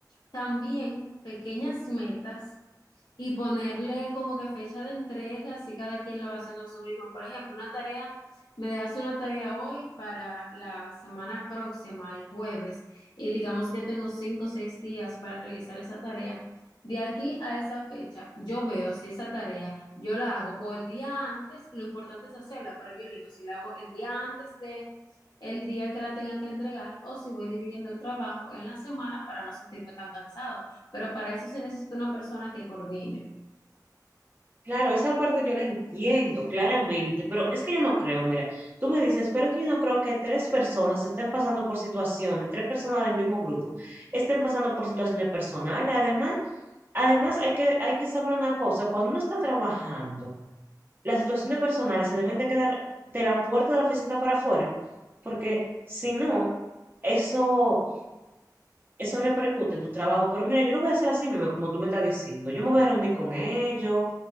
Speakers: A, on the left; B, on the right.
A: también pequeñas metas y ponerle como que fecha de entrega, así cada quien la va haciendo a su ritmo. Por ejemplo, una tarea me dejas una tarea hoy para la semana próxima, el jueves, y digamos que yo tengo cinco o seis días para realizar esa tarea. De aquí a esa fecha, yo veo si esa tarea yo la hago o el día antes, lo importante es hacerla, pero yo elijo si la hago el día antes de el día que la tenga que entregar o si voy dividiendo el trabajo en la semana para no sentirme tan cansado. Pero para eso se necesita una persona que coordine.
B: Claro, esa parte yo la entiendo claramente, pero es que yo no creo, mira, tú me dices, pero es que yo no creo que tres personas estén pasando por situaciones, tres personas del mismo grupo estén pasando por situaciones personales. Además, además hay que, hay que saber una cosa, cuando uno está trabajando, las situaciones personales se deben de quedar de la puerta de la oficina para afuera, porque si no, eso eso repercute en tu trabajo, pero mira, yo lo voy a hacer así mismo, como tú me estás diciendo. Yo me voy a reunir con ellos,